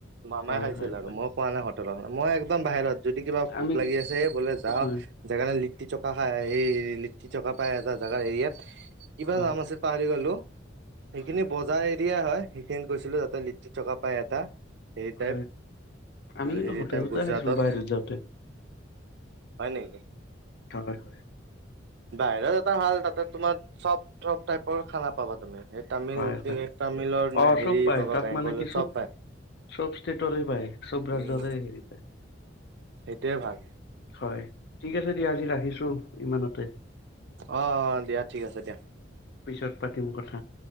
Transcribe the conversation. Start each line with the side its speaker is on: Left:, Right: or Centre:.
Right: মামাই
Left: হয়
Right: খাইছিল
Left: হয়
Right: আৰু
Left: হয়
Right: মই খোৱা নাই। <unintelligible> মই একদম বাহিৰত। যদি কিবা ভোক
Left: আমি
Right: লাগি আছে, বোলে যাওঁ
Left: হয়
Right: জেগা <unintelligible> লিটট ছকা খাই এই লিট্টিছ'কা পাই এটা জেগা হেৰিয়াত কিবা
Left: হয়
Right: নাম আছিল পাহৰি গ'লো। সেইখিনি
Left: হয়
Right: বজাই দিয়া হয়, সেইখিনিত গৈছিলো তাতে লিটটি ছ'কা পাই এটা। হেৰি টাইপ-
Left: হয় আমি কিন্তু
Right: হেৰি
Left: হোটেলতে
Right: টাইপ গুজৰাটত।
Left: খাইছিলো বাহিৰত যাওঁতে
Right: হয় নেকি।
Left: হয় হয়
Right: বাহিৰত ভাল তাতে তোমাৰ চব- চব টাইপৰ খানা পাবা তুমি। তামিল
Left: হয় হয়
Right: তামিলৰ নে
Left: অ
Right: হেৰি
Left: চব পায়
Right: পাবা
Left: তাত
Right: বেংগলৰ
Left: মানে কি
Right: চব পায়।
Left: চব ষ্টেটৰে পায়, চব
Right: উম
Left: ৰাজ্যৰে হেৰি পায়।
Right: <unintelligible> ভাল।
Left: হয় ঠিক আছে দিয়া, আজি ৰাখিছোঁ ইমানতে।
Right: অ'- অ' দিয়া ঠিক আছে দিয়া,
Left: পিছত পাতিম কথা